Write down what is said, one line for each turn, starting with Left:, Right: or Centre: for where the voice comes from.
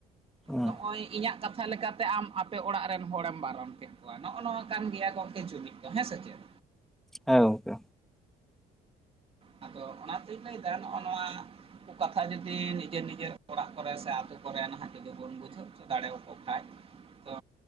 Centre: ᱦᱩᱸ
Right: ᱱᱚᱜᱚᱭ ᱤᱧᱟᱹᱜ ᱠᱟᱛᱷᱟ ᱞᱮᱠᱟᱛᱮ ᱟᱢ ᱟᱯᱮ ᱚᱲᱟᱜ ᱨᱮᱱ ᱦᱚᱲᱮᱢ ᱵᱟᱨᱚᱱ ᱠᱮᱫ ᱠᱚᱣᱟ ᱱᱚᱜᱼᱚ ᱱᱚᱣᱟ ᱠᱟᱱ ᱜᱮᱭᱟ ᱜᱚᱢᱠᱮ ᱡᱩᱢᱤᱫ᱾ ᱦᱮᱸ ᱥᱮ ᱪᱮᱛ?
Centre: ᱦᱮᱸ ᱜᱚᱝᱠᱮ᱾
Right: ᱟᱫᱚ ᱚᱱᱟᱛᱤᱧ ᱞᱟᱹᱭᱫᱟ ᱱᱚᱜ ᱚᱭ ᱱᱚᱣᱟ ᱩᱱᱠᱩ ᱠᱟᱛᱷᱟ ᱡᱩᱫᱤ ᱱᱤᱡᱮᱨ ᱱᱤᱡᱮᱨ ᱚᱲᱟᱜ ᱠᱚᱨᱮ ᱥᱮ ᱟᱛᱳ ᱠᱚᱨᱮᱱ ᱱᱟᱦᱟᱜ ᱡᱫᱤ ᱵᱚᱱ ᱵᱩᱡᱷᱟᱹᱜ <unintelligible> ᱛᱚ